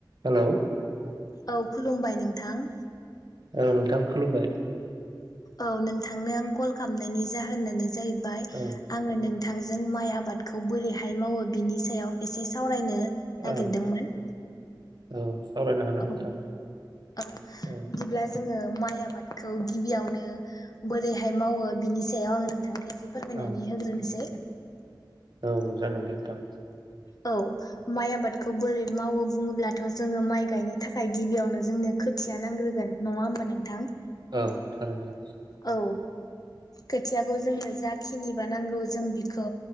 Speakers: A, on the right; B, on the left.
A: Hello
B: औ खुलुमबाय नोंथां।
A: औ नोंथां खुलुमबाय
B: औ नोंथांनो आं कल खालामनायनि जाहोनानो जाहै बाय
A: औ
B: आङो नों थांजों माइ आबादखौ बोरैहाय मावो बिनि सायाव एसे सावरायनो नागिरदोंमोन
A: औ औ सावरायनो हागोन
B: औ
A: नोंथां
B: औ बिदिब्ला
A: औ
B: जोङो माय आबादखौ गिबियावनो बोरैहाय मावो बिनि सायाव आङो नोंथांनो एसे फोरमायनानै
A: औ
B: होग्रोनोसै
A: औ जागोन दे नोंथां।
B: औ माइ आबादखौ बोरै मावो बुङोब्लाथ' जोङो माइ गायनो थाखाय गिबियावनो जोंनो खोथिया नांग्रोगोन नङा होमबा नोंथां?
A: औ थारैनो
B: औ खोथियाखौ जोंनो जाखिनिबा नांगौ ज जों बिखौ